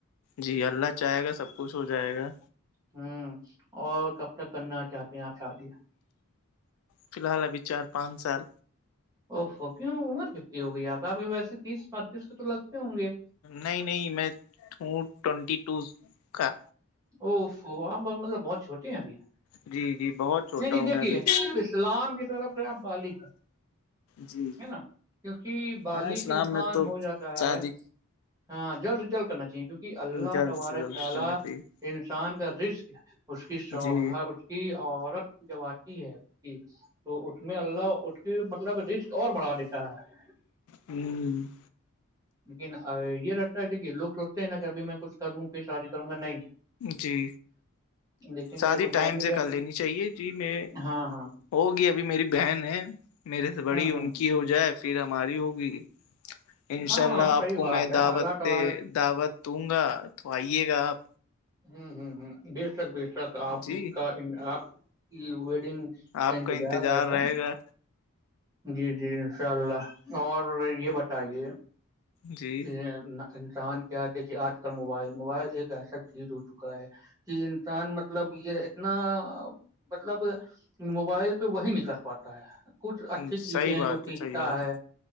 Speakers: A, on the left (about 70°); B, on the right (about 15°).
A: جی اللہ چاہے گا سب کچھ ہو جائے گا
B: ہوں اور کب تک کرنا چاہتے ہیں آپ شادی
A: فی الحال ابھی چار پانچ سال
B: اوفو کیوں عمر کتنی ہوگئی آپ آپ ویسے تیس پتیس کے تو لگتے ہوں گے
A: نہیں نہیں میں ہوں ٹوونٹی ٹو کا
B: ا مطلب بہت چھوٹی ہیں ابھی
A: جی جی بہت چھوٹا
B: نہیں نہیں
A: ہوں میں
B: دیکھیے
A: ابھی
B: اسلام کی طرف ہے بالک ہے
A: جی
B: ہے نا کیونکہ بالغ
A: ہاں اسلام
B: انسان
A: میں تو
B: ہو جاتا ہے
A: شادی
B: ہاں جلد سے جلد کرنا چاہیے کیونکہ اللہ
A: جلد
B: تبارک
A: سے جلد
B: تعالی
A: کرنی چاہیے
B: انسان کا رسک اس کی سوا
A: جی
B: کی عورت جب آتی ہے اس کی تو اس میں اللہ اس کی مطلب رسک اور بڑھا دیتا ہے
A: ہوں
B: لیکن یہ رہتا ہے دیکھیے لوگ سوچتے ہیں نا کہ ابھی میں کچھ کروں پھر شادی کروں گا نہیں
A: جی
B: لیکن
A: سات
B: جب
A: ہی
B: شادی
A: ٹائم
B: ہو
A: سے
B: جاتی
A: کر لینی چاہیے جی میں
B: ہاں ہاں
A: ہوگی ابھی میری بہن ہے میرے سے
B: ہوں
A: بڑی ان
B: ہوں
A: کی ہو جائے پھر ہماری ہوگی ان
B: ہاں
A: شاء اللہ
B: ہاں صحیح
A: آپ کو
B: بات
A: میں
B: ہے
A: دعوت
B: اللہ تبارک
A: دعوت دوں گا تو آئیے گا آپ
B: ہ ہ ہ بے شک بے شک آپ
A: جی
B: کا آپ کی ویڈنگ کنٹ
A: آپ کا انتظار
B: ار آتاا
A: رہے گا
B: جی جی انشاء اللہ اور یہ بتائیے
A: جی
B: کہ انسان کیا دیکھیے آج کل موبائل موبائل ایک ایسا چیز ہو چکا ہے کہ انسان مطلب یہ اتنا مطلب موبائل پہ وہی نکل پاتا ہے کچھ اچھی
A: صحیح
B: چیزیں ہیں
A: بات
B: جو سیکھتا
A: ہے صحیح بات
B: ہے